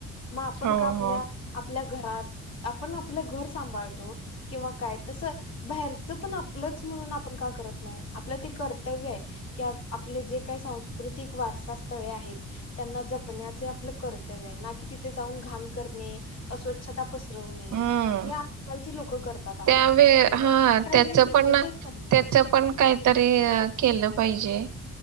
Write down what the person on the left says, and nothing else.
म आपण
का आपल्या
आपल्या घरात आपण आपलं घर सांभाळतो किंवा काय तस बाहेरच पण आपलंच म्हणून आपण का करत नाही आपलं ते कर्तव्य आहे की आपले जे काय संस्क्रृ कृतिक वारस पाच स्थळे आहेत त्यांना जप जपण्याचे आपलं कर्तव्य आहे ना कि तिथे जाऊन घाण करणे? अस्वच्छता पसरवणे
हे आजकालची लोक करतात आगं
पण त्यांना
काय
हे समजतच
नाहीे